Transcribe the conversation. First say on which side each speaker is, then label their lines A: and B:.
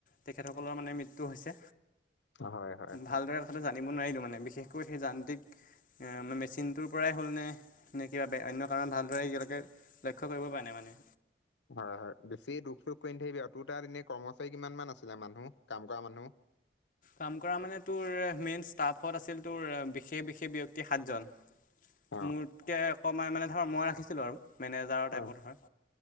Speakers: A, on the left; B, on the left.
A: তেখেতসকলৰ মানে মৃত্যু হৈছে।
B: হয় হয়
A: ভালদৰে
B: হয়
A: কথাটো জানিব নোৱাৰিলো মানে বিশেষকৈ সেই যান্ত্ৰিক মে। চিনটোৰ পৰাই হ'লনে, নে কিবা বেয়া অন্য কাৰণত ভালদৰে এতিয়া লৈকে লক্ষ্য কৰিব পৰা নাই মানে।
B: হয় হয়। বেছি দুখ চোখ কৰি নিথাকিবি আৰু তোৰ তাত এনেই কৰ্মচাৰী কিমান মান আছিলে মানুহ কাম কৰা মানুহ?
A: কাম কৰা মানে তোৰ মেইন ষ্টাফত আছিল তোৰ। সেই বিশেষ ব্যক্তি সাতজন,
B: অ
A: মোতকৈ অকণমান মানে ধৰ মই ৰাখিছিলোঁ আৰু। মেনেজাৰৰ টাইপত
B: অ
A: হয়।